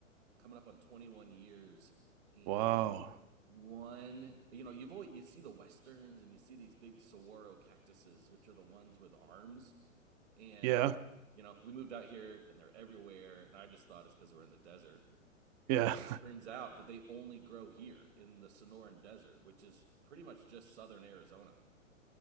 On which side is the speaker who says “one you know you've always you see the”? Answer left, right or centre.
Right